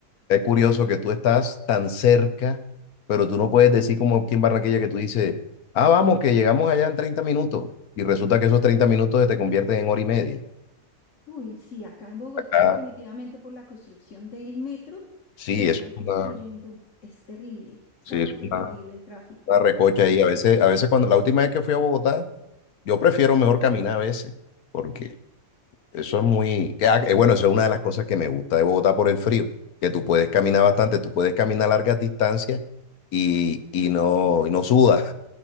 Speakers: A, on the left; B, on the left.
A: Es curioso que tú estás tan cerca, pero tú no puedes decir como aquí en Barranquilla que tú dices, ah, vamos, que llegamos allá en 30 minutos. Y resulta que esos 30 minutos se te convierten en hora y media.
B: Uy, sí, acá en Bogotá
A: Acá,
B: definitivamente por la construcción del metro
A: sí,
B: lo están
A: es
B: construyendo.
A: una,
B: Es terrible, se
A: sí,
B: ha vuelto
A: es una,
B: terrible el tráfico.
A: una recocha
B: Se ha vuelto.
A: ahí. A veces, a veces cuando la última vez que fui a Bogotá, yo prefiero mejor caminar a veces, porque eso es muy, que, ah, eh, bueno, eso es una de las cosas que me gusta de Bogotá por el frío, que tú puedes caminar bastante, tú puedes caminar largas distancias y, y no, y no sudas.